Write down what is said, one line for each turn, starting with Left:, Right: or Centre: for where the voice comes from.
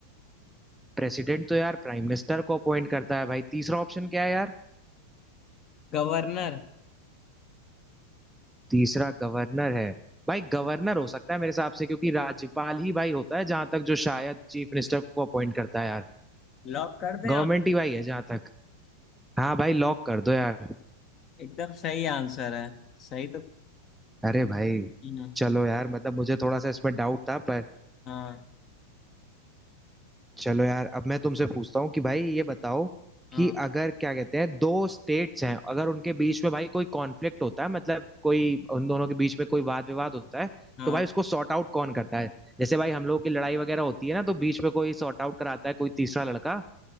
Centre: प्रेसिडेंट तो यार प्राइम मिनिस्टर को अपॉइंट करता है भाई तीसरा ऑप्शन क्या है यार
Left: गवर्नर
Centre: तीसरा गवर्नर है भाई गवर्नर हो सकता है मेरे हिसाब से क्योंकि राज्यपाल ही भाई होता है जहां तक जो शायद चीफ मिनिस्टर को अपॉइंट करता है यार
Left: लॉक कर दें
Centre: गवर्नमेंट
Left: आप
Centre: ही भाई है जहां तक हाँ भाई लॉक कर दो यार
Left: एकदम सही आंसर है सही तो
Centre: अरे भाई
Left: हाँ
Centre: चलो यार मतलब मुझे थोड़ा सा इसमें डाउट था पर
Left: हाँ
Centre: चलो यार अब मैं तुमसे पूछता हूँ कि भाई ये बताओ
Left: हाँ
Centre: कि अगर क्या कहते हैं दो स्टेट्स हैं अगर उनके बीच में भाई कोई कॉन्फ्लिक्ट होता है मतलब कोई उन दोनों के बीच में कोई वाद विवाद होता है
Left: हाँ
Centre: तो भाई उसको सॉर्ट आउट कौन करता है जैसे भाई हम लोगों की लड़ाई वगैरह होती है ना तो बीच में कोई सॉर्ट आउट कराता है कोई तीसरा लड़का